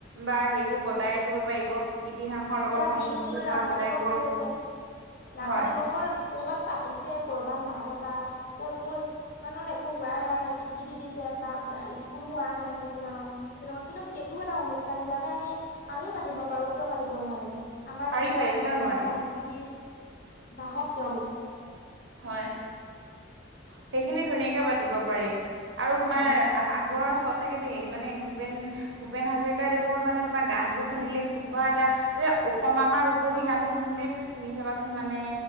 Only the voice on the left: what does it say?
এতিয়া
বিশ জুন
ৰাভা
দিৱস
হৈ গৈছে, ৰাভা
দিৱসৰ ক'ৰবাত পাতিছে, কৰ'বাত নাই পতা, ক'তো কিছুমানত একো হোৱাই নাই, ছুটি দি দিছে বা স্কুল হোৱা নাই, কিছুমানত তেনেকুৱা কিন্তু সেইটোও এটা অনুষ্ঠান হিচাপে আমি আমিও পাতিব পাৰোঁ কিয় পাতি তিপ নোৱাৰিম। আমাৰ
নিজৰ
অসমীয়া
সংস্কৃতিৰ বাহক তেওঁলোক।
হয়